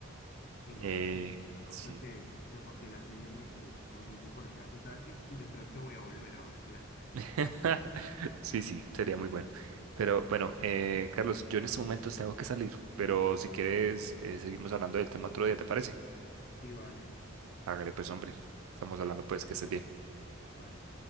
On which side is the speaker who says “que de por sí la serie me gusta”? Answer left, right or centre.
Left